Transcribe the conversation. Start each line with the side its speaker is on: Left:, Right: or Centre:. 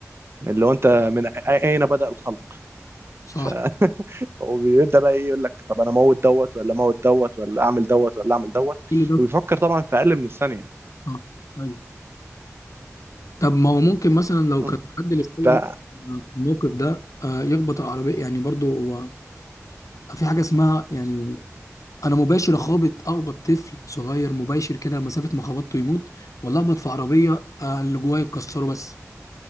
Right: اللي هو انت من أ- اين بدا الخلق
Left: صح
Right: ف وبيبدا بقى ايه يقول لك طب انا اموت دوت ولا اموت دوت ولا اعمل دوت ولا اعمل دوت
Left: كل ده
Right: وبيفكر طبعا في اقل من الثانيه
Left: اه ايوه طب ما هو ممكن مثلا لو
Right: م.
Left: كان حد للسيء
Right: ده
Left: في الموقف ده آه، يخبط العربيه يعني برضو هو في حاجه اسمها يعني انا مباشر اخابط اخبط طفل صغير مباشر كده مسافه ما خبطته يموت ولا اخبط في عربيه آه، اللي جوايا يكسره بس